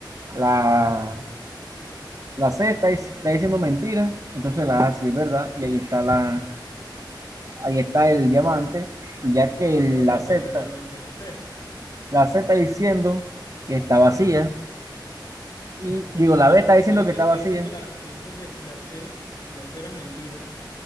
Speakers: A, on the right; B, on the left.
A: la, la C está, dic- está diciendo mentira, entonces la A sí es verdad y ahí está, la, ahí está el diamante. Y ya
B: Ajá,
A: que
B: pero faltaría
A: la Z
B: ver dónde está el espejo.
A: La C está diciendo que está vacía. Y
B: Bueno,
A: digo,
B: si
A: la
B: la
A: B está diciendo
B: dijiste,
A: que está
B: dijiste
A: vacía.
B: que la dijiste que si la C, si la C era mentira,